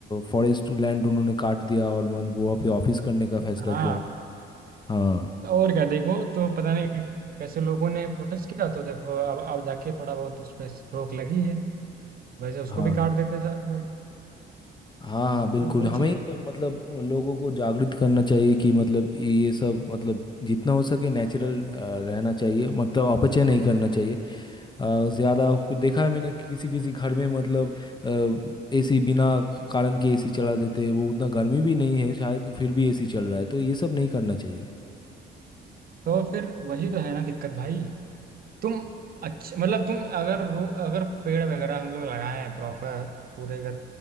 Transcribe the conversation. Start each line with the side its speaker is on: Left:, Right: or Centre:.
Left: फॉरेस्ट लैंड उन्होंने काट दिया और मन वहाँ पे ऑफिस करने का फैसला
Right: हाँ
Left: किया हाँ
Right: और क्या देखो तो पता नहीं कैसे लोगों ने प्रोटेस्ट किया तो देखो अब अब जाके थोड़ा बहुत उस पर रोक लगी है वैसे उसको
Left: हाँ
Right: भी काट देते सब सब
Left: हाँ हाँ बिल्कुल
Right: तो वो
Left: हमें
Right: चीज
Left: मतलब लोगों को जागृत करना चाहिए कि मतलब ये सब मतलब जितना हो सके नेचुरल रहना चाहिए मतलब अपचय नहीं करना चाहिए अ, ज़्यादा कुछ देखा है मैंने किसी किसी घर में मतलब एसी बिना कारण के एसी चला देते हैं वो उतना गर्मी भी नहीं है शायद तो फिर भी एसी चल रहा है तो ये सब नहीं करना चाहिए
Right: तो फिर वही तो है ना दिक्कत भाई तुम अच्छे मतलब तुम अगर रो अगर पेड़ वगैरह हम लोग लगाए हैं प्रॉपर पूरे घर